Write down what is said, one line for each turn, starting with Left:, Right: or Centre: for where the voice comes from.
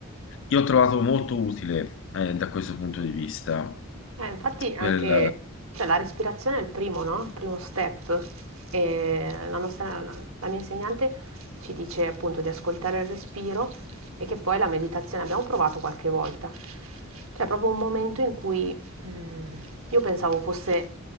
Left: io ho trovato molto utile, eh, da questo punto di vista,
Right: Eh, infatti anche,
Left: quel...
Right: cioè, la respirazione è il primo, no? Il primo step. E la nostra, la mia insegnante ci dice appunto di ascoltare il respiro e che poi la meditazione abbiamo provato qualche volta. Cioè, è proprio un momento in cui mm, io pensavo fosse,